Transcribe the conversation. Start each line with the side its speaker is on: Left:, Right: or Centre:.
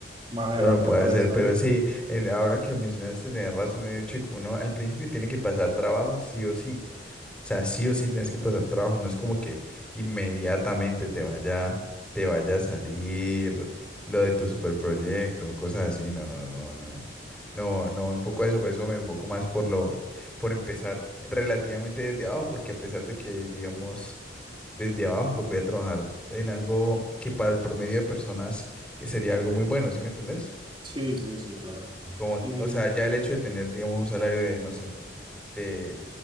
Right: más adelante
Centre: Bueno, puede
Right: puede
Centre: ser,
Right: salir.
Centre: pero sí, en- ahora que lo mencionaste, tenés razón en el hecho de que uno al principio tiene que pasar trabajo sí o sí. O sea, sí o sí tienes que pasar trabajo. No es como que inmediatamente te vaya, te vaya a salir lo de tu superproyecto, cosas así. No, no, no, no, no. No, no enfoco a eso, por eso me enfoco más por lo, por empezar relativamente desde abajo, porque a pesar de que, digamos, desde abajo, pues voy a trabajar en algo que para el promedio de personas eh, sería algo muy bueno, ¿sí me entendés?
Right: Sí, sí, sí, claro.
Centre: Como,
Right: sí sí,
Centre: o sea,
Right: sí.
Centre: ya el hecho de tener, digamos, un salario de, no sé, de